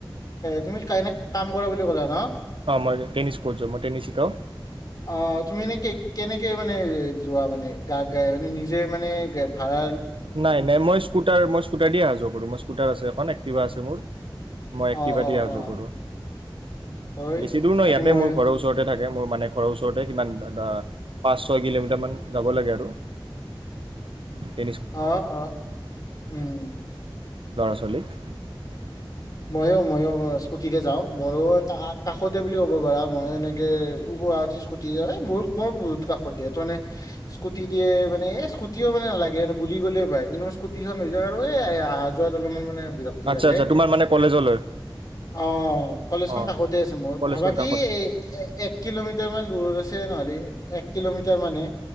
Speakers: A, on the left (about 45°); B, on the right (about 75°).
A: তুমি এনে কাম কৰা বুলি ক'লা নহ।
B: অ মই টেনিছ কোচ হয় মই টেনিছ শিকাওঁ।
A: অ তুমি এনে কে- কেনেকে মানে যোৱা মানে গা গাই মানে নিজে মানে ভাড়া।
B: নাই নাই মই স্কুটাৰ মই স্কুটাৰ দিয়ে অহা যোৱা কৰোঁ মই স্কুটাৰ আছে এখন এক তিবা আছে মোৰ। মই
A: অ
B: এক্টিভা
A: অ
B: দি অহা
A: অ
B: যোৱা কৰোঁ
A: হয়
B: বেছি দূৰ নহয়
A: বাকী
B: ইয়াতে
A: মই
B: মোৰ ঘৰৰ ওচৰতে থাকে। এ মোৰ মানে ঘৰৰ ওচৰতে কিমান দা দা পাঁচ ছয় কিলোমিটাৰমান যাব লাগে আৰু তেতিয়া।
A: অহ অহ উম।
B: ল'ৰা-ছোৱালীক।
A: অ মইও মইও স্কুটিতে যাওঁ মোৰো কাষতে বুলি ক'ব পাৰা মই এনেকে পুৱা উঠি স্কুটিতে এ মোৰ মই বহুত কাষত দিয়ে তাৰমানে স্কুটি দিয়ে মানে এই স্কুটিও মানে নালাগে বুলি গ'লে পায় কিন্তু স্কুটিখন লৈ যাওঁ আৰু এই অহা যোৱাত অলপমান মানে। ৰাতি
B: আচ্ছা
A: লাগে।
B: আচ্ছা তোমাৰ মানে কলেজলৈ
A: অ কলেজখন
B: অ
A: কাষতে আছে মোৰ
B: কলেজৰ
A: ভাবা কি
B: কাষতে
A: এই এক কিলোমিটাৰ মান দূৰ। <unintelligible> নহ'লি এক কিলোমিটাৰ মানহে।